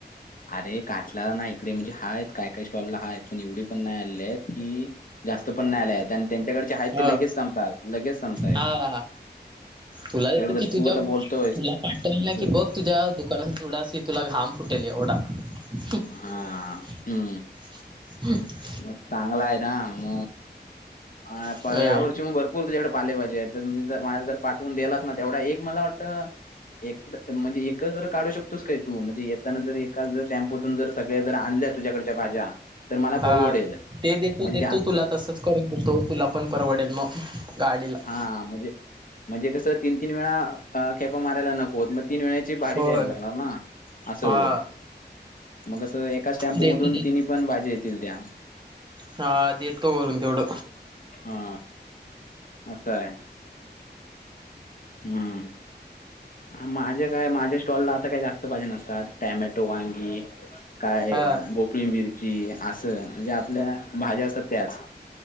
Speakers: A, on the left; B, on the right.
A: अरे काटला नाही इकडे म्हणजे हाय काय काय स्टॉलला हाय पण एवढे पण नाही आले आहेत की जास्त पण नाय आले आहेत आणि त्यांच्याकडचे आहेत
B: ह
A: ते लगेच संपात लगेच संपता आहे.
B: हा तुला देतो की
A: जर
B: तुझ्या
A: तू आता बोलतोयस
B: तुला पाटवलं ना
A: तर
B: कि बघ
A: तू
B: तुझ्या दु करण जुडा असं की तुला घाम फुटेल ऐवढा. <unintelligible>
A: हा हम्म मग चांगला आहे ना म अ
B: होय
A: प या वर्षी म भर पूर तुझ्याकडे पाले पाजी आहेत तर मी ज मला जर पाठवून देलास ना तेवढा एक मला वाटतं एक द म्हणजे एकं जर काढू शकतोस काय तू म्हणजे येत त्या नंतर जर एका जर टॅम्पोतून जर सगळे जर आणल्या तुझाकडच्या भाज्या तर मला
B: हा
A: परवडेल
B: ते देतो,
A: म्हणजे
B: देतो
A: जास्त
B: तुला तसंच करून देतो, तुला पण परवडेल मग गाडीला.
A: आ म्हणजे म्हणजे कसं तीन तीन वेळा अ खैपा मारायला नकोत म तीन वेळाची भाडी
B: होय
A: द्यायला लागणार ना असं
B: हा
A: होईल. मगं कस एकाच टॅम्पो
B: देतो
A: मधून
B: देतो
A: तिन्ही पण भाज्या येतील त्या.
B: ह देतो वरून तेवड
A: हा असय. हम्म माझे काय माझ्या स्टॉलला आता काही जास्त भाजी नसतातॅ टँमा त वांगी काय
B: हा
A: भोपळी मिरची असं म्हणजे आपल्या भाज्या असतात त्याच.